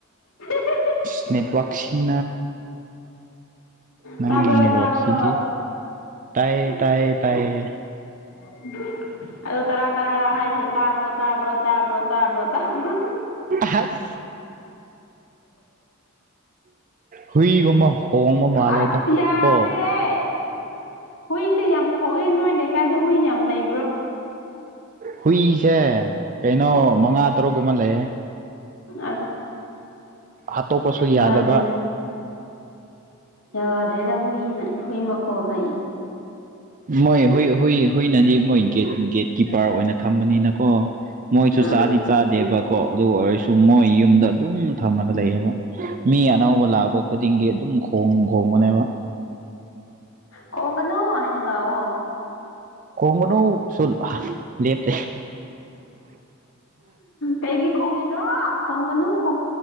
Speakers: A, on the left (about 80°); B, on the right (about 40°).
A: <unintelligible>
B: ꯑꯁ <unintelligible> ꯅꯪꯒꯤ
A: ꯇꯥꯕ꯭ꯔꯣ
B: ꯅꯦꯠ
A: ꯇꯥꯕ꯭ꯔꯣ
B: ꯋꯥꯥꯛꯁꯤꯗꯤ ꯇꯥꯏꯌꯦ ꯇꯥꯏꯌꯦ ꯇꯥꯏꯌꯦ
A: <unintelligible> ꯑꯗꯨꯗꯣ ꯇꯔꯥ ꯇꯔꯥ ꯔꯛ ꯍꯥꯏꯁꯦ ꯇꯥꯕ꯭ꯔꯣ ꯇꯥꯕ꯭ꯔꯣ ꯇꯥꯕ꯭ꯔꯣ ꯇꯥꯕ꯭ꯔꯣ ꯇꯥꯕ꯭ꯔꯣ
B: ꯑꯁ ꯍꯨꯏꯒꯨꯝꯕ ꯍꯣꯡꯕ ꯃꯥꯜꯂꯦꯗ
A: ꯑꯁ ꯌꯥꯗꯔꯦꯍꯦ
B: ꯀꯣ
A: ꯍꯨꯏꯁꯦ ꯌꯥꯝ ꯈꯣꯡꯉꯦ ꯅꯣꯏ ꯂꯩꯀꯥꯏꯗ ꯍꯨꯏ ꯌꯥꯝ ꯂꯩ
B: ꯍꯨꯏꯁꯦ ꯀꯩꯅꯣ ꯃꯉꯥ ꯇꯔꯨꯛꯀꯨꯝꯕ ꯂꯩꯌꯦ
A: ꯑꯁ
B: ꯑꯇꯣꯞꯄꯁꯨ ꯌꯥꯗꯕ
A: ꯃꯅꯦꯅꯦ ꯌꯥꯗ꯭ꯔꯦꯗ ꯍꯨꯏ ꯍꯨꯏꯃꯀꯣꯅꯩ
B: ꯃꯣꯏ ꯍꯨꯏ ꯍꯨꯏ ꯍꯨꯏꯅꯗꯤ ꯃꯣꯏ ꯒꯦ ꯒꯦꯠꯀꯤꯄꯔ ꯑꯣꯏꯅ ꯊꯝꯕꯅꯤꯅꯀꯣ ꯃꯣꯏꯁꯨ
A: ꯑꯥ
B: ꯆꯥꯗꯤ ꯆꯥꯗꯦꯕꯀꯣ ꯑꯗꯨ ꯑꯣꯏꯔꯁꯨ ꯃꯣꯏ ꯌꯨꯝꯗ ꯑꯗꯨꯝ ꯊꯝꯃꯒ ꯂꯩꯌꯦꯕ ꯃꯤ
A: ꯎꯝ
B: ꯑꯅꯧꯕ ꯂꯥꯛꯄ ꯈꯨꯗꯤꯡꯒꯤ ꯑꯗꯨꯝ ꯈꯣꯡ ꯈꯣꯡꯕꯅꯦꯕ
A: ꯈꯣꯡꯒꯅꯨ ꯍꯥꯏꯅ ꯂꯥꯎꯋꯣ
B: ꯈꯣꯡꯒꯅꯨ ꯁꯨꯜ ꯂꯦꯞꯇꯦ
A: ꯀꯩꯒꯤ ꯈꯣꯡꯉꯤꯅꯣ ꯈꯣꯡꯒꯅꯨ ꯈꯣ